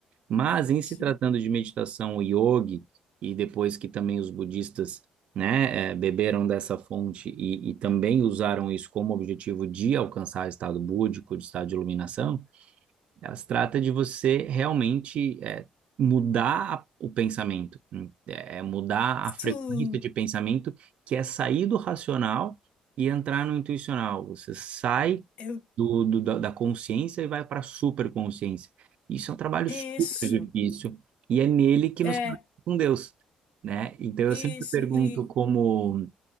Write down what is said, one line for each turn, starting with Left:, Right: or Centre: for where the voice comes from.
Right: Mas em se
Left: Sim.
Right: tratando de meditação o yogi, e depois que também os budistas, né, eh, beberam dessa fonte e, e também usaram isso como objetivo de alcançar estado búdico, de estado de iluminação, ela se trata de você realmente é, mudar a- o pensamento, é, é mudar a frequência
Left: Sim,
Right: de pensamento, que é sair do racional e entrar no intuicional. Você sai
Left: eu...
Right: do, do- da, da consciência e vai para a superconsciência. Isso é um trabalho
Left: isso.
Right: super difícil e é nele que
Left: É,
Right: nos conecta com Deus, né? Então eu
Left: isso.
Right: sempre pergunto
Left: E,
Right: como